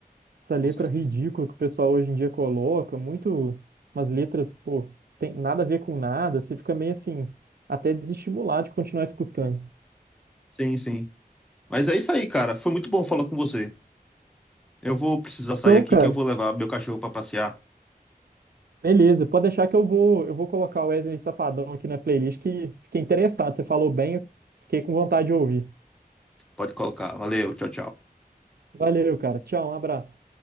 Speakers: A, on the right; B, in the centre.
A: essa letra
B: Com certeza.
A: ridícula que o pessoal hoje em dia coloca, muito umas letras, pô, tem nada a ver com nada, você fica meio assim, até desestimulado de continuar escutando.
B: Sim, sim. Mas é isso aí, cara. Foi muito bom falar com você. Eu vou precisar sair
A: Show,
B: aqui
A: cara.
B: que eu vou levar meu cachorro para passear.
A: Beleza, pode deixar que eu vou, eu vou colocar o Wesley Safadão aqui na playlist que fiquei interessado, você falou bem, eu fiquei com vontade de ouvir.
B: Pode colocar. Valeu, tchau, tchau.
A: Valeu, cara. Tchau, um abraço.